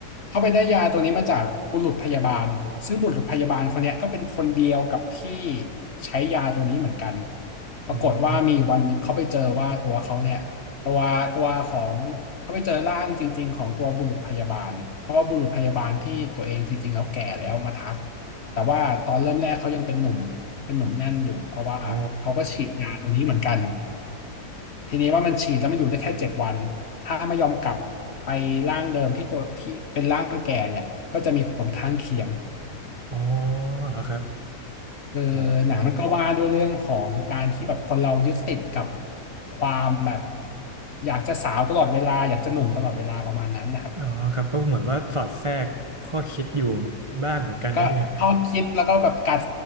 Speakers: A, on the left; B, on the right.
A: เขาไปได้ยาตัวนี้มาจากบุรุษพยาบาลซึ่งบุรุษพยาบาลคนเนี้ยก็เป็นคนเดียวกับที่ใช้ยาตัวนี้เหมือนกันปรากฏว่ามีอยู่วันหนึ่งเขาไปเจอว่าตัวเขาเนี่ยตัวตัวของเขาไปเจอร่างจริงๆของตัวบุรุษพยาบาลเพราะว่าบุรุษพยาบาลที่ตัวเองจริงๆแล้วแก่แล้วมาทัก
B: อืม
A: แต่ว่าตอนเริ่มแรกเขายังเป็นหนุ่มเป็นหนุ่มแน่นอยู่เพราะว่าเขาก็ฉีดยาตัวนี้เหมือนกัน
B: อ๋อ
A: ทีนี้ว่ามันฉีดแล้วมันอยู่ได้แค่เจ็ดวันถ้าไม่ยอมกลับไปร่างเดิมที่ตัวที่เป็นร่างแก่เนี่ยก็จะมีผลข้างเคียง
B: อ๋อเหรอครับ
A: คือหนังมันก็ว่าด้วยเรื่องของการที่แบบคนเรายึดติดกับ
B: โอ้
A: ความแบบอยากจะสาวตลอดเวลาอยากจะหนุ่มตลอดเวลาประมาณนั้นนะครับ
B: อ๋อครับก็เหมือนว่าสอดแทรกข้อคิดอยู่บ้างเหมือนกันนะเนี่ย
A: ก็ข้อคิดแล้วก็แบบกัด